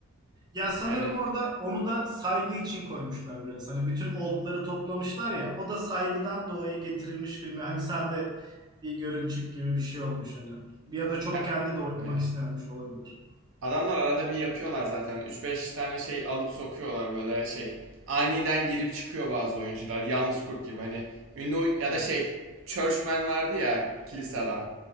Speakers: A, on the right; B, on the right.
A: Ya sanırım
B: Yani
A: orada onu da saygı için koymuşlar biraz. Hani bütün oldları toplamışlar ya. O da saygıdan dolayı getirilmiş filme. Hani sen de bir görünçük gibi bir şey olmuş hani. Ya da çok
B: ya
A: kendi de oynamak
B: ne?
A: istememiş olabilir.
B: adamlar arada bir yapıyorlar zaten üç beş tane şey alıp sokuyorlar böyle şey. Aniden girip çıkıyor bazı oyuncular yalnız kurt gibi hani ünlü oy- ya
A: Evet.
B: da şey Churchman vardı ya kilise adam.